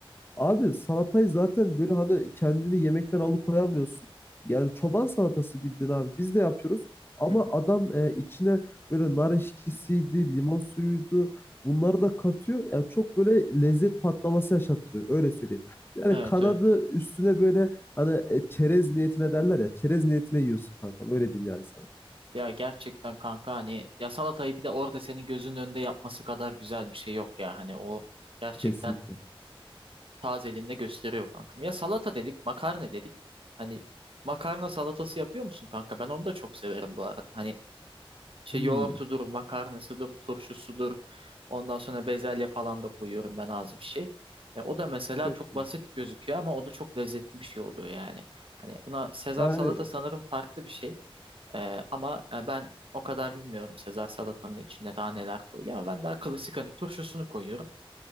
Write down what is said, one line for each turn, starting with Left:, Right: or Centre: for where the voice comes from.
Left: Abi salatayı zaten böyle hani kendini yemekten alıkoyamıyorsun. Yani çoban salatası bildiğin abi. Biz de yapıyoruz. Ama
Right: hı hı.
Left: adam e, içine böyle nar eşkisiydi, limon suyuydu. Bunları da katıyor. Yani çok böyle lezzet patlaması yaşattırıyor. Öyle söyleyeyim. Yani
Right: Evet
Left: kanadı
Right: evet.
Left: üstüne böyle hani e, çerez niyetine derler ya. Çerez niyetine yiyorsun kanka. Öyle diyeyim yani sana.
Right: Ya gerçekten kanka hani ya salatayı bir de orada senin gözünün önünde yapması kadar güzel bir şey yok ya. Hani o gerçekten
Left: Kesinlikle.
Right: tazeliğinde gösteriyor kankam. Ya salata dedik, makarna dedik. Hani makarna salatası yapıyor musun kanka? Ben onu da çok severim bu arada. Hani İşte
Left: Hmm,
Right: yoğurtudur, makarnasıdır, turşusudur. Ondan sonra bezelye falan da koyuyorum ben az bir şey. E, o da mesela
Left: çok
Right: çok
Left: güzel.
Right: basit gözüküyor ama o da çok lezzetli bir şey oluyor yani. Hani buna Sezar
Left: Yani
Right: salata sanırım farklı bir şey. E, ama e, ben o kadar bilmiyorum Sezar salatanın içinde daha neler koyuluyor ama ben daha klasik hani turşusunu koyuyorum.